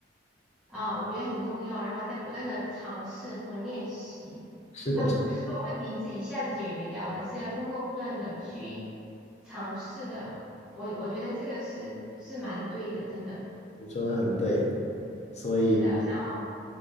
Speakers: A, in the centre; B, on the left.
A: 啊，我觉得很重要，然后在不断的尝试和练习，
B: 是的。
A: 它不是说问题自己一下子解决掉的，是要通过不断的去尝试的。我我觉得这个是是蛮对的，真的
B: 你说的很对，所以
A: 是的。然后